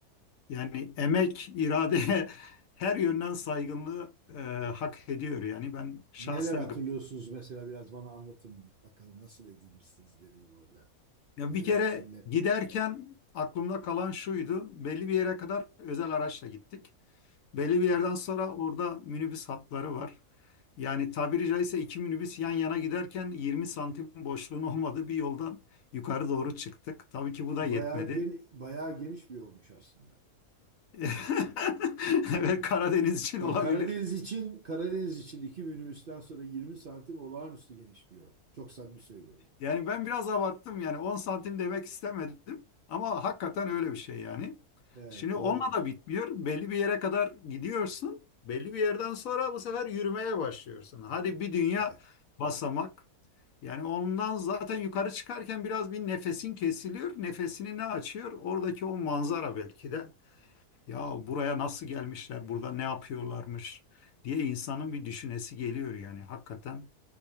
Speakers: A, on the left; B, on the right.
A: Yani emek, irade <laughs> her yönden saygınlığı e, hak ediyor. Yani ben şahsen
B: Neler hatırlıyorsunuz
A: gıp.
B: mesela biraz bana anlatın bakalım nasıl edinmişsiniz deneyim orada.
A: Ya
B: Neler
A: bir kere
B: kimle
A: giderken aklımda kalan şuydu. Belli bir yere kadar özel araçla gittik. Belli bir yerden
B: bravo.
A: sonra orada minibüs hatları var. Yani tabiri caizse iki minibüs yan yana giderken 20 santim boşluğun olmadığı bir yoldan yukarı doğru çıktık. Tabii ki bu da
B: Bayağı
A: yetmedi.
B: geni, bayağı geniş bir olmuş aslında.
A: <laughs> Evet Karadeniz için
B: Ya
A: olabilir.
B: Karadeniz için Karadeniz için iki minibüsten sonra 20 santim olağanüstü geniş bir yol. Çok samimi söylüyorum.
A: Yani ben biraz abarttım yani 10 santim demek istemedim ama hakikaten öyle bir şey yani.
B: Evet
A: Şimdi
B: doğrudur.
A: onunla da bitmiyor. Belli bir yere kadar gidiyorsun. Belli bir yerden sonra bu sefer yürümeye başlıyorsun. Hadi bir dünya
B: Evet
A: basamak. Yani ondan zaten yukarı çıkarken biraz bir nefesin kesiliyor. Nefesini ne açıyor? Oradaki o manzara belki de. Ya
B: kesinlikle.
A: buraya nasıl gelmişler? Burada ne yapıyorlarmış diye insanın bir düşünesi geliyor yani. Hakikaten